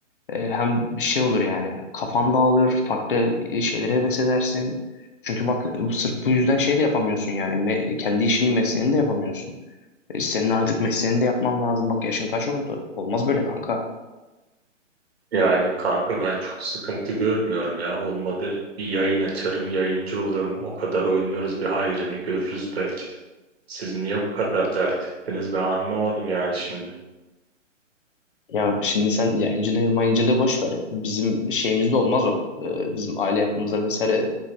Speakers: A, on the left; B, on the right.
A: E, Hem şey olur yani kafan dağılır, farklı e, şeylere heves edersin. Çünkü bak sırf bu yüzden şey de yapamıyorsun yani me- kendi işini mesleğini de yapamıyorsun. E, Senin artık mesleğini de yapman lazım. Bak yaşın kaç oldu? Olmaz böyle kanka.
B: Yani kanka ben çok sıkıntı görmüyorum ya. Olmadı bir yayın açarım, yayıncı olurum. O kadar oynuyoruz bir hayrını görürüz belki de. Siz niye bu kadar dert ettiniz ben anlamadım yani şimdi.
A: Ya şimdi sen yayıncılığı mayıncılığı boş ver. Bizim şeyimizde olmaz o. E, Bizim aile yapımıza vesaire